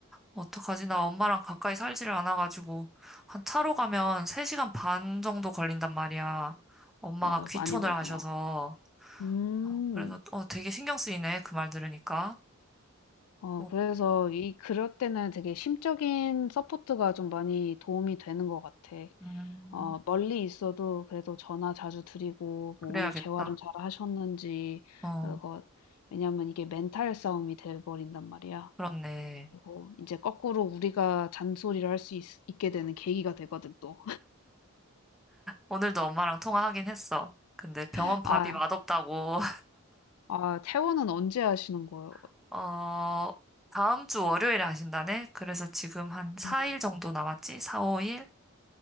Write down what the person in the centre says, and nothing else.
어떡하지? 나 엄마랑 가까이 살지를 않아가지고, 한 차로 가면 3시간 반 정도 걸린단 말이야. 엄마가
귀촌을
하셔서.
어, 그래서, 어, 되게 신경 쓰이네. 그 말 들으니까.
어,
음,
그래야겠다.
어,
그렇네.
오늘도 엄마랑 통화하긴 했어. 근데 병원
밥이
맛없다고.
<laughs> 어, 다음 주 월요일에 하신다네? 그래서 지금 한 4일
정도 남았지? 4, 5일?